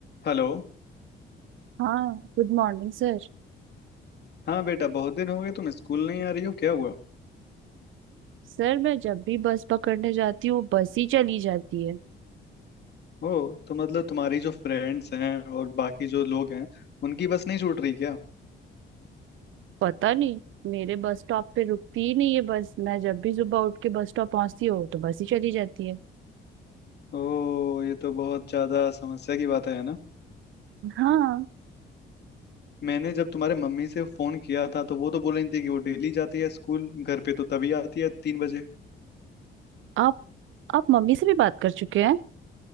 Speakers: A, on the left (about 55°); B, on the right (about 80°).
A: Hello
B: हाँ good morning sir
A: हाँ बेटा बहुत दिन हो गए तुम स्कूल नहीं आ रही हो क्या हुआ
B: Sir मैं जब भी बस पकड़ने जाती हूँ बस ही चली जाती है
A: ओ तो मतलब तुम्हारी जो फ्रेंड्स हैं और बाकी जो लोग हैं उनकी बस नहीं छूट रही क्या
B: पता नहीं मेरे बस स्टॉप पे रुकती ही नहीं है बस मैं जब भी सुबह उठ के बस स्टॉप पहुंचती हूँ तो बस ही चली जाती है
A: ओ ये तो बहुत ज्यादा समस्या की बात है ना
B: हाँ
A: मैंने जब तुम्हारे मम्मी से फोन किया था तो वो तो बोल रही थी कि वो डेली जाती है स्कूल घर पे तो तभी आती है तीन बजे
B: आप आप मम्मी से भी बात कर चुके हैं